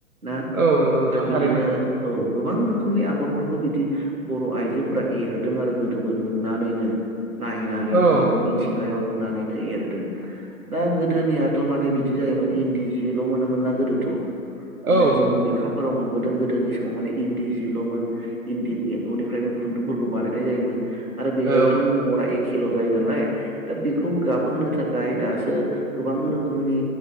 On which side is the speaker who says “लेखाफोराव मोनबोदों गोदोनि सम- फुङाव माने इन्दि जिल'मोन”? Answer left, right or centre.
Right